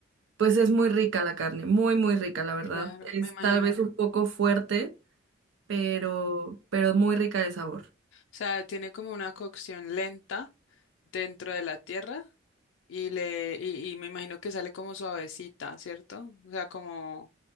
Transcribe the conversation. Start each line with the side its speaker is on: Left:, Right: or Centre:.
Right: pues es muy rica la carne, muy, muy rica, la verdad.
Left: claro,
Right: Es
Left: me imagino.
Right: tal vez un poco fuerte, pero,
Left: O
Right: pero muy rica de sabor.
Left: sea, tiene como una cocción lenta dentro de la tierra y le, y, y me imagino que sale como suavecita, ¿cierto? O sea, como